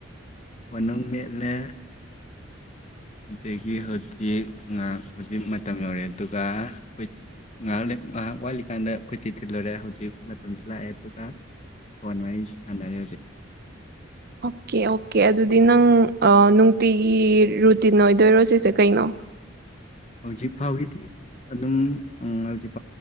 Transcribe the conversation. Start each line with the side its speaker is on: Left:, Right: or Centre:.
Left: ꯐꯣꯟ ꯑꯃꯨꯛ ꯃꯦꯠꯂꯦ ꯑꯗꯩꯒꯤ ꯍꯧꯖꯤꯛ ꯉꯍꯥꯛ ꯃꯥꯇꯝ ꯌꯧꯔꯛ ꯑꯦ ꯉꯍꯥꯛ ꯋꯥꯠꯂꯤ ꯀꯥꯟꯗ ꯑꯩꯈꯣꯏꯆꯦ ꯊꯤꯟꯂꯨꯔꯦ ꯍꯧꯖꯤꯛ <inaudible> ꯐꯣꯟ ꯋꯥꯔꯤ ꯁꯅꯔꯦ ꯍꯧꯖꯤꯛ
Right: ꯑꯣꯛꯀꯦ ꯑꯣꯀꯀꯦ ꯑꯗꯨꯗꯤ ꯅꯪ ꯅꯨꯡꯇꯤꯒꯤ ꯔꯨꯇꯤꯟ ꯑꯣꯏꯗꯣꯏꯔꯣ ꯀꯩꯅꯣ
Left: ꯍꯧꯖꯤꯛꯐꯥꯎꯒꯤꯗꯤ ꯑꯗꯨꯝ ꯎꯝ ꯑꯗꯨꯝ